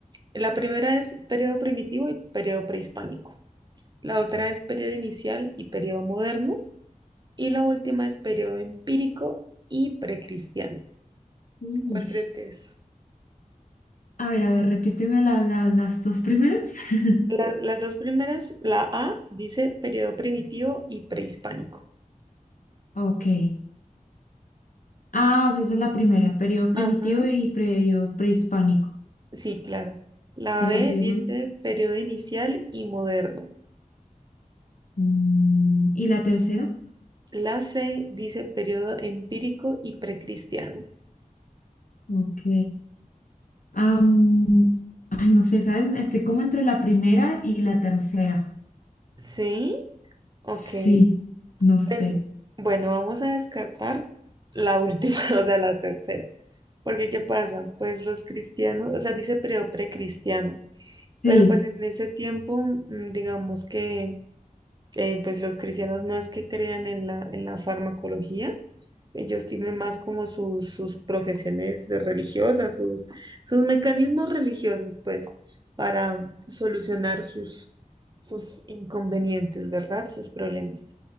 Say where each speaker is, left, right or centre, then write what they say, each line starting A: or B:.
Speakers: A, on the right (about 30°); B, on the left (about 70°).
A: La primera es periodo primitivo y periodo prehispánico. La otra es periodo inicial y periodo moderno. Y la última es periodo empírico y precristiano.
B: Uy.
A: ¿Cuál crees que es?
B: A ver, a ver, repíteme la- la- las dos primeras. <laughs>
A: La- las dos primeras, la A dice periodo primitivo y prehispánico.
B: Ok. Ah, o sea, esa es la primera, periodo primitivo
A: Ajá,
B: y periodo prehispánico.
A: sí, claro. La
B: ¿Y
A: B
B: la segunda?
A: dice periodo inicial y moderno.
B: Mm, ¿y la tercera?
A: La C dice periodo empírico y precristiano.
B: Ok. Am, ay, no sé, ¿sabes? Estoy como entre la primera y la tercera.
A: ¿Sí? Ok,
B: Sí, no sé.
A: pues bueno, vamos a descartar la última, <laughs> o sea, la tercera. Porque ¿qué pasa? Pues los cristianos, o sea, dice periodo precristiano,
B: Sí.
A: pero pues en ese tiempo, mm, digamos que eh, pues los cristianos no es que crean en la, en la farmacología, ellos tienen más como sus, sus profesiones religiosas, sus, sus mecanismos religiosos, pues, para solucionar sus, sus inconvenientes, ¿verdad? Sus problemas.